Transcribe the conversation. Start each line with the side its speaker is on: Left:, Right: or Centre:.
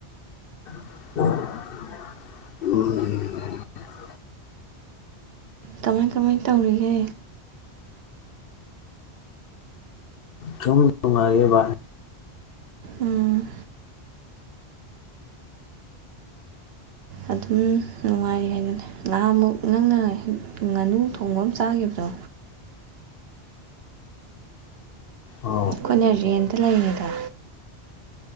Left: ꯎꯝ
Right: ꯀꯃꯥꯏ ꯀꯃꯥꯏ ꯇꯧꯔꯤꯒꯦ
Left: ꯁꯨꯝ ꯅꯨꯡꯉꯥꯏꯔꯤꯌꯦ ꯚꯥꯏ
Right: ꯎꯝ ꯑꯗꯨꯝ ꯅꯨꯡꯉꯥꯏꯔꯤ ꯍꯥꯏꯗꯨꯅꯦ ꯉꯍꯥꯃꯨꯛ ꯅꯪꯅ ꯉꯥꯅꯨ ꯊꯣꯡꯕ ꯑꯃ ꯆꯥꯈꯤꯕꯗꯣ
Left: ꯑꯣ
Right: ꯑꯩꯈꯣꯏꯅ ꯔꯦꯟꯇ ꯂꯩꯔꯤꯉꯩꯗ